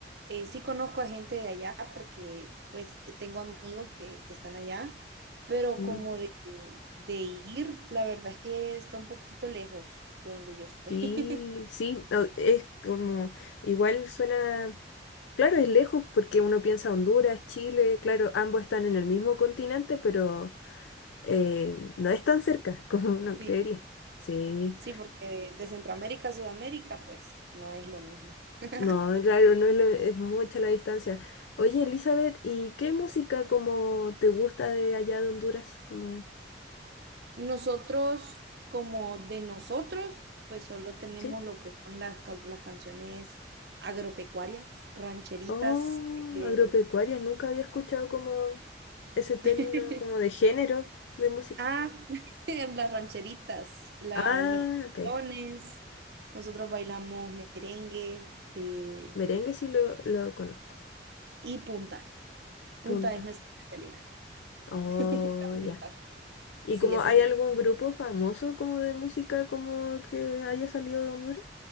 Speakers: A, on the right; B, on the left.
A: Eh, sí conozco a gente de allá porque pues eh, tengo amigos que, que están allá, pero
B: <laughs>
A: como de, de ir, la verdad es que está un poquito lejos de donde yo estoy.
B: Sí,
A: <laughs>
B: sí, o- es como, igual suena, claro, es lejos porque uno piensa Honduras, Chile, claro, ambos están en el mismo continente, pero eh, no es tan cerca <laughs> como uno creería.
A: Sí,
B: Sí,
A: sí, porque de Centroamérica a Sudamérica pues no es lo mismo. <laughs>
B: no, claro, no es, lo- es mucha la distancia. Oye, Elizabeth, ¿y qué música como te gusta de allá de Honduras? Como,
A: Nosotros, como de nosotros, pues solo tenemos
B: sí.
A: lo que son las, ca- las canciones agropecuarias, rancheritas.
B: Oh,
A: eh,
B: agropecuaria, nunca había escuchado como ese término
A: <laughs>
B: como de género de música.
A: ah, <laughs> las rancheritas, la,
B: Ah,
A: los
B: ok.
A: canciones. Nosotros bailamos merengue eh,
B: Merengue sí lo, lo conozco.
A: y punta. Punta
B: Punta.
A: es nuestra especialidad.
B: Oh,
A: <laughs> La
B: ya.
A: punta.
B: ¿Y
A: Sí,
B: como
A: ese
B: hay
A: es de
B: algún grupo famoso como de música como que haya salido de Honduras?